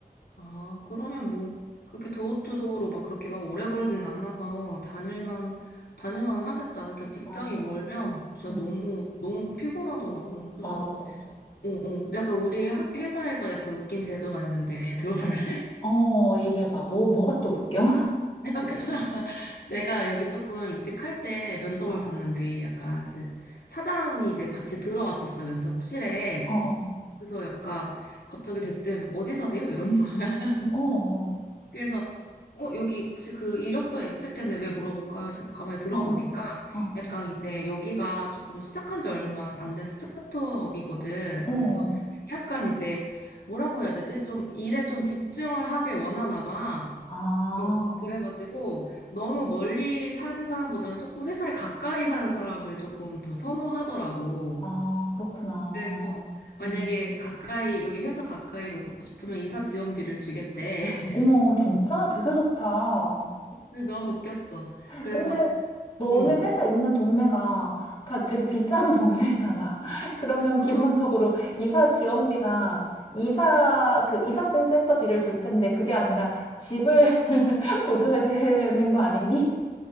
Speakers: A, on the left; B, on the left.
A: 아, 그러면 뭐 그렇게 도어투도어로 막 그렇게 막 오래 걸진 않아서 다닐만 다닐만 하겠다. 그러니까 직장이
B: 맞아.
A: 멀면 진짜
B: 응,
A: 너무 너무 피곤하더라고. 그래서
B: 맞아, 맞아.
A: 어, 어. 약간 우리 학 회사에서 약간 웃긴 제도가 있는데 <laughs> 들어볼래?
B: 어, 어, 얘기해봐. 뭐, 뭐가 또 웃겨?
A: <laughs> 아까 내가 여기 조금 이직할 때 면접을
B: <laughs> 어,
A: 봤는데 약간 이제 사장이 이제 같이 들어왔었어, 면접실에.
B: 어, 어,
A: 그래서 약간 갑자기 대뜸 어디 사세요? 이러는 거야. <laughs>
B: 어, 어,
A: 그래서 어, 여기 혹시 그 이력서에 있을 텐데 왜 물어볼까? 지금 가만히 들어보니까
B: 어, 어,
A: 약간 이제 여기가 조금 시작한 지 얼마 안 된 스타트업이거든.
B: 어,
A: 그래서
B: 어, 어.
A: 약간 이제 뭐라고 해야 되지? 좀 일에 좀 집중을 하길 원하나 봐.
B: 아,
A: 어, 그래가지고 너무 멀리 사는 사람보다는 조금 회사에 가까이 사는 사람을 조금 더 선호하더라고.
B: 아, 그렇구나.
A: 그래서 만약에
B: 음.
A: 가까이, 여기 회사 가까이 오고 싶으면 이사 지원비를 주겠대. <laughs>
B: 어머, 진짜 되게 좋다. 어.
A: 근데 너무 웃겼어. 그래서,
B: 근데 너네
A: 응.
B: 회사 있는 동네가 다 되게 비싼 <laughs> 동네잖아. 그러면
A: 그러,
B: 기본적으로 이사 지원비가 이사, 그 이삿짐 센터비를 줄 텐데 그게 아니라 집을 <laughs> 보조해야 되는 거 아니니?